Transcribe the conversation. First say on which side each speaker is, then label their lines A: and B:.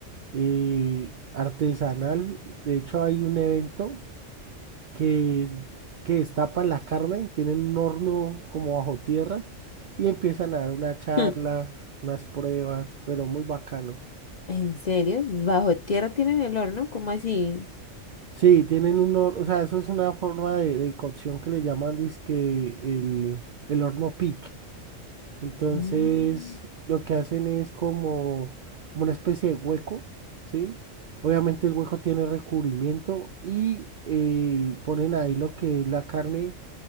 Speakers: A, on the right; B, on the left.
A: eh, artesanal. De hecho, hay un evento que, es- que destapan la carne, tienen un horno como bajo tierra y empiezan a dar una charla,
B: Hmm,
A: unas pruebas, pero muy bacano.
B: ¿En serio? ¿Bajo tierra tienen el horno? ¿Cómo así?
A: Sí, tienen un horno, o sea, eso es una forma de, de cocción que le llaman dizque el, el horno pique. Entonces,
B: Mm,
A: lo que hacen es como, como una especie de hueco, ¿sí? Obviamente el hueco tiene recubrimiento y eh, ponen ahí lo que es la carne,